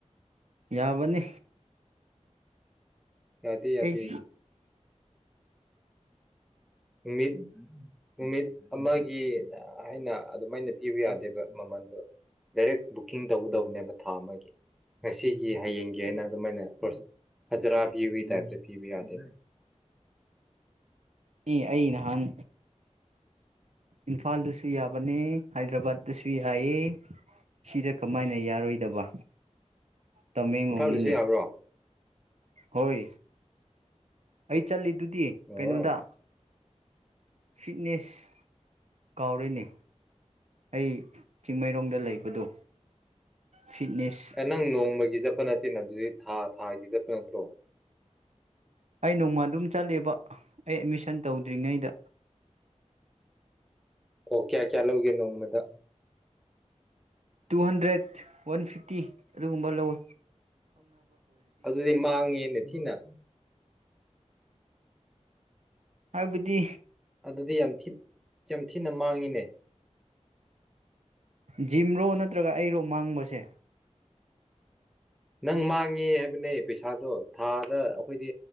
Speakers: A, on the right; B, in the centre.
A: ꯌꯥꯕꯅꯤ
B: ꯌꯥꯗꯦ ꯌꯥꯗꯦ
A: ꯑꯩ
B: ꯎꯃꯤꯠ ꯎꯃꯤꯠ ꯑꯃꯒꯤ ꯍꯥꯏꯅ ꯑꯗꯨꯃꯥꯏꯅ ꯄꯤꯕ ꯌꯥꯗꯦꯕ ꯃꯃꯟꯗꯣ ꯗꯥꯏꯔꯦꯛ ꯕꯨꯛꯀꯤꯡ ꯇꯧꯒꯗꯕꯅꯦꯕ ꯊꯥ ꯑꯃꯒꯤ ꯉꯁꯤꯒꯤ ꯍꯌꯦꯡꯒꯤ ꯍꯥꯏꯅ ꯑꯗꯨꯃꯥꯏꯅ ꯍꯖꯔꯥꯕꯤ ꯍꯏ ꯊ ꯄꯤꯕꯤ ꯌꯥꯗꯦ ꯎꯝ
A: ꯑꯦ ꯑꯩ ꯅꯍꯥꯟ ꯏꯝꯐꯥꯜꯗꯁꯨ ꯌꯥꯕꯅꯦ ꯍꯥꯏꯗ꯭ꯔꯕꯥꯠꯇꯁꯨ ꯌꯥꯏꯑ ꯁꯤꯗ ꯀꯃꯥꯏꯅ ꯌꯥꯔꯣꯏꯗꯕ ꯇꯃꯦꯡꯂꯣꯡꯅꯤꯅꯦ
B: ꯏꯝꯐꯥꯜꯗꯁꯨ ꯌꯥꯕ꯭ꯔꯣ
A: ꯍꯣꯏ ꯑꯩ ꯆꯜ ꯑꯗꯨꯗꯤ
B: ꯑꯣ
A: ꯀꯩꯅꯣꯗ ꯐꯤꯠꯅꯦꯁ ꯀꯥꯎꯔꯤꯅꯦ ꯑꯩ ꯆꯤꯡꯃꯩꯔꯣꯡꯗ ꯂꯩꯕꯗꯣ ꯐꯤꯠꯅꯦꯁ
B: ꯅꯪ ꯅꯣꯡꯃꯒꯤ ꯆꯕ ꯅꯦ ꯅ ꯑꯗꯨ ꯊꯥ ꯊꯥꯒꯤ ꯆꯠꯄ ꯅꯠꯇ꯭ꯔꯣꯑꯣ
A: ꯑꯩ ꯅꯣꯡꯃ ꯑꯗꯨꯝ ꯆꯠꯂꯦꯕ ꯑꯩ ꯑꯦꯠꯃꯤꯁꯟ ꯇꯧꯗ꯭ꯔꯤꯉꯩꯗ
B: ꯑꯣ ꯀꯌꯥ ꯀꯌꯥ ꯂꯧꯒꯦ ꯅꯣꯡꯃꯗ
A: ꯇꯨ ꯍꯟꯗ꯭ꯔꯦꯠ ꯋꯥꯟ ꯐꯤꯐꯇꯤ ꯑꯗꯨꯒꯨꯝꯕ ꯂꯧꯋꯤ
B: ꯑꯗꯨꯗꯤ ꯃꯥꯡꯉꯦꯅꯦ ꯊꯤꯅ
A: ꯍꯥꯏꯕꯗꯤ
B: ꯑꯗꯨꯗꯤ ꯌꯥꯝꯤ ꯌꯥꯝ ꯊꯤꯅ ꯃꯥꯡꯉꯤꯅꯦ
A: ꯖꯤꯝꯔꯣ ꯅꯠꯇ꯭ꯔꯒ ꯑꯩꯔꯣ ꯃꯥꯡꯕꯁꯦ
B: ꯅꯪ ꯃꯥꯡꯉꯦ ꯍꯥꯏꯕꯅꯦ ꯄꯩꯁꯥꯗꯣ ꯊꯥꯗ ꯑꯩꯈꯣꯏꯗꯤ